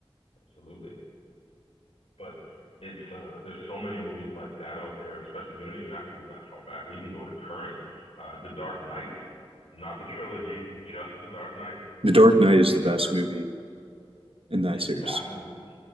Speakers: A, on the left (about 80°); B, on the right (about 70°).
A: Absolutely. But it's uh there's so many movies like that out there, especially we don't even have to go that far back. We can go to current. Uh The Dark Knight, not the trilogy, just The Dark Knight,
B: The Dark Knight is
A: singular.
B: the best movie in that
A: it,
B: series.
A: that movie,